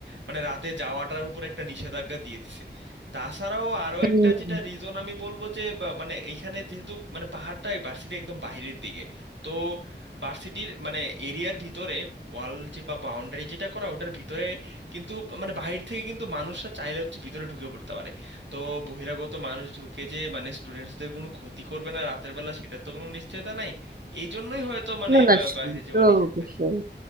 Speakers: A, on the right (about 75°); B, on the right (about 50°).
A: মানে রাতে যাওয়াটার উপর একটা নিষেধাজ্ঞা দিয়ে দিছে তাছাড়াও আরো
B: হুম।
A: একটা যেটা রিজন আমি বলবো যে বা মানে এখানে যেহেতু মানে পাহাড়টা ভার্সিটি একদম বাইরের দিকে তো ভার্সিটির মানে এরিয়ার ভিতরে ওয়াল যে বা বাউন্ডারি যেটা করা ওটার ভিতরে কিন্তু মানে বাহির থেকে কিন্তু মানুষরা চাইলে হচ্ছে ভিতরে ঢুকে পড়তে পারে তো বহিরাগত মানুষ ঢুকে যে মানে স্টুডেন্টসদের কোনো ক্ষতি করবে না রাতের বেলা সেটার তো কোনো নিশ্চয়তা নাই এই জন্যই হয়তো মানে
B: না না
A: বা-
B: সে
A: বাইরে যাওয়া
B: তো
A: নিষেধ
B: অবশ্যই
A: করেছে